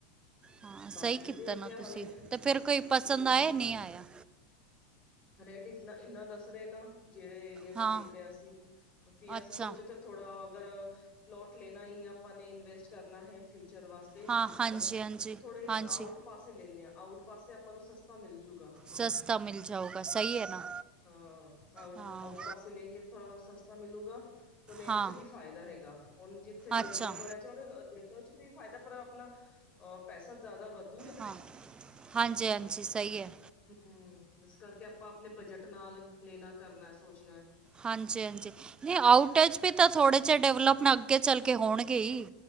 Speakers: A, on the right; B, on the left.
A: ਹਾਂ ਸਹੀ
B: ਬਾਕੀ
A: ਕੀਤਾ
B: ਦੇਖਦੇ
A: ਨਾ
B: ਆ ਹਾਲੇ
A: ਤੁਸੀਂ ਤੇ ਫੇਰ ਕੋਈ ਪਸੰਦ
B: ਹੂੰ
A: ਆਇਆ ਨਹੀਂ ਆਇਆ।
B: ਰੇਟ ਇੰਨਾ ਦੱਸ ਰਹੇ ਨਾ ਜਿਹੜੇ ਏਰੀਆ ਚ
A: ਹਾਂ
B: ਵੇਖ ਰਹੇ ਆਂ ਅਸੀਂ ਜੇ
A: ਅੱਛਾ
B: ਅਸੀਂ ਸੋਚੀਏ ਤੇ। ਥੋੜਾ ਅਗਰ ਪਲੋਟ ਲੈਣਾ ਹੀ ਆਪਾਂ ਨੇ। ਇਨਵੈਸਟ ਕਰਨਾ ਹੈ ਫਿਊਚਰ ਵਾਸਤੇ
A: ਹਾਂ ਹਾਂਜੀ
B: ਹਨਾ
A: ਹਾਂਜੀ
B: ਥੋੜੇ ਜਿਹਾ
A: ਹਾਂਜੀ
B: ਆਊਟ ਪਾਸੇ ਲੈਂਨੇ ਹਾਂ ਆਊਟ ਪਾਸੇ ਆਪਾਂ ਨੂੰ ਸਸਤਾ ਮਿਲਜੂਗਾ।
A: ਸਸਤਾ ਮਿਲ ਜਾਊਗਾ ਸਹੀ ਹੈ ਨਾ।
B: ਹਾਂ ਆਊਟ-
A: ਹਾਂ
B: ਆਊਟ ਪਾਸੇ ਲੈਂਗੇ ਤਾਂ ਥੋੜਾ ਸਸਤਾ ਮਿਲੂਗਾ। ਤੋਂ ਲੈਣੇ
A: ਹਾਂ
B: ਚ ਵੀ ਫਾਇਦਾ ਹੈਗਾ ਹੁਣ ਜਿੱਥੇ
A: ਅੱਛਾ
B: ਡੈਵਲਪ ਹੋ ਰਿਹਾ <unintelligible> ਚ ਵੀ ਫਾਇਦਾ ਪਰ ਆਪਣਾ ਅ ਪੈਸਾ ਜ਼ਿਆਦਾ ਵੱਧ
A: ਹਾਂ, ਹਾਂਜੀ-ਹਾਂਜੀ, ਸਹੀ ਹੈ।
B: ਹੂ ਇਸ ਕਰਕੇ ਆਪਾਂ ਆਪਣੇ ਬਜਟ ਨਾਲ ਲੈਣਾ ਕਰਨਾ ਸੋਚਣਾ।
A: ਹਾਂਜੀ- ਹਾਂਜੀ ਨਹੀਂ ਆਊਟ ਚ ਵੀ ਤਾਂ ਥੋੜ੍ਹੇ ਚ ਡੈਵਲਪ ਨਾਲ ਅੱਗੇ ਚੱਲ ਕੇ ਹੋਣਗੇ ਹੀ।